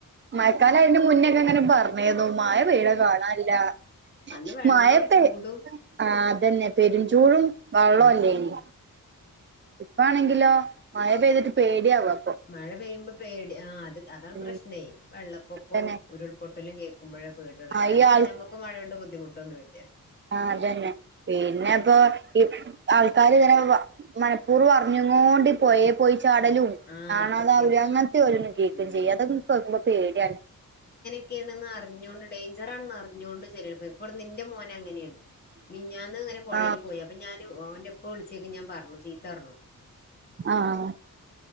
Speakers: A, on the right; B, on the left.
A: മഴക്കാലം ആയതിന്റെ മുന്നക്കെങ്ങനെ പർഞ്ഞീന്നു മഴ പെയ്യ്ണത് കാണാല്ല്യാ
B: അന്ന് വെള്ളവും
A: മഴ പ്പേ
B: ചൂടും
A: ആ അതന്നെ പെരുംചൂടും വള്ളവും
B: ഉം
A: ല്ല്യേയ്ന്
B: ഉം
A: ഇപ്പളാണെങ്കിലോ മഴ പെയ്തിട്ട് പേടിയാവാ
B: മഴ പെയ്യുമ്പോ പേടി ആ അത് അതാണ്
A: ഉം
B: പ്രശ്നേ വെള്ളപ്പൊക്കവും
A: തന്നെ
B: ഉരുൾപൊട്ടലും കേക്ക് ക്കുമ്പഴാ പേടി ഒള്ളൂ അല്ലാണ്ടപ്പോ
A: ആഹ് ഈ
B: ഞമ്മക്ക് മഴോണ്ട് ബുദ്ധിമുട്ടൊന്നു ഇല്ല
A: ആ അതന്നെ പിന്നെ പ്പോ ഈ ആൾക്കാര്ങ്ങനെ വ മനപ്പൂർവം അറിഞ്ഞുങ്ങോണ്ട് പൊയേ പോയി ചാടലും
B: ആ
A: ആണ്
B: അതൊക്കെയാണ്
A: അതവര് അങ്ങൻത്തെയാ ഓരോന്ന് കേക്കും
B: ഉം
A: ചെയ്യാ അതൊക്കെ കേക്കുമ്പോ പേടിയാണ്
B: ക്കെയാണ്ന്ന് അറിഞ്ഞോണ്ട് ഡേയ്ഞ്ചറാണെന്നറിഞ്ഞോണ്ട് ചെലര് പോയി ഇവിടെ ഇന്റെ മോൻ അങ്ങനെയാണ് മിൻഞ്ഞാന്ന് അങ്ങനെ പൊഴേല്
A: ആഹ്
B: പോയപ് അപ്പൊ ഞാന് ഓന്റെ ഇപ്പ വിളിച്ചപ്പോ ഞാൻ പറഞ്ഞു ചീത്ത പറഞ്ഞു
A: ആഹ്